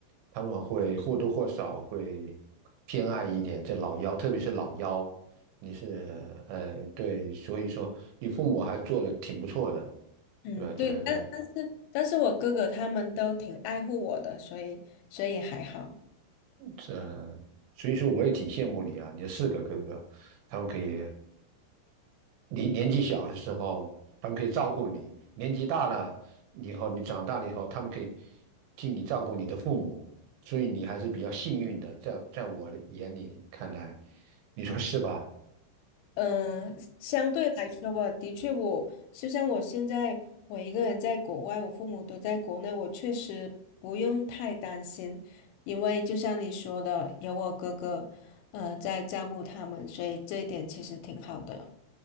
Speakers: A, on the right (about 75°); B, on the left (about 80°).
A: 他们会或多或少会偏爱一点这老幺，特别是老幺，你是呃对，所以说你父母还做得挺不错的，
B: 嗯，
A: 对对对，
B: 对，但但是但是我哥哥他们都挺爱护我的，所以所以还好。
A: 这所以说我也挺羡慕你啊，你有四个哥哥，他们可以。你年纪小的时候，他们可以照顾你；年纪大了以后，你长大了以后，他们可以替你照顾你的父母，所以你还是比较幸运的。在在我的眼里看来，你说是吧？
B: 嗯，相对来说吧，的确我，就像我现在我一个人在国外，我父母都在国内，我确实不用太担心，因为就像你说的，有我哥哥，呃，在照顾他们，所以这一点其实挺好的。